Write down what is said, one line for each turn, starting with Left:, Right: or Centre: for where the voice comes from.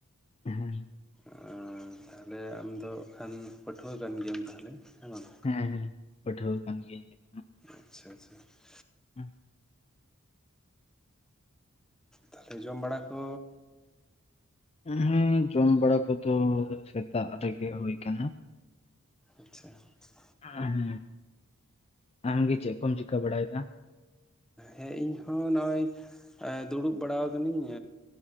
Left: ᱦᱮᱸ
Centre: ᱟᱻ ᱛᱟᱦᱞᱮ ᱟᱢ ᱫᱚ ᱮᱠᱷᱟᱱ ᱯᱟᱹᱴᱷᱩᱣᱟᱹ ᱠᱟᱱ ᱜᱮᱭᱟᱢ ᱛᱟᱦᱞᱮ ᱦᱮᱸ ᱵᱟᱝ?
Left: ᱦᱮᱸ ᱦᱮᱸ ᱯᱟᱹᱴᱷᱣᱟᱹ ᱠᱟᱱ ᱜᱤᱭᱟᱹᱧ ᱾
Centre: ᱟᱪᱪᱷᱟ ᱟᱪᱪᱷᱟ ᱾
Left: <unintelligible>
Centre: ᱛᱟᱞᱦᱮ ᱡᱚᱢ ᱵᱟᱲᱟ ᱠᱚ
Left: ᱦᱩᱸ ᱡᱚᱢ ᱵᱟᱲᱟ ᱠᱚᱫᱚ ᱥᱮᱛᱟᱜ ᱨᱮᱜᱮ ᱦᱩᱭ ᱟᱠᱟᱱᱟ ᱾
Centre: ᱟᱪᱪᱷᱟ ᱾
Left: <inaudible> ᱦᱮᱸ ᱟᱢ ᱜᱮ ᱪᱮᱜ ᱠᱚᱢ ᱪᱤᱠᱟᱹ ᱵᱟᱲᱟᱭᱮᱫ-ᱟ?
Centre: ᱦᱮᱸ ᱤᱧ ᱦᱚᱸ ᱱᱚᱜᱼᱚᱭ ᱾ ᱫᱩᱲᱩᱵ ᱵᱟᱲᱟ ᱠᱟᱹᱱᱟᱹᱧ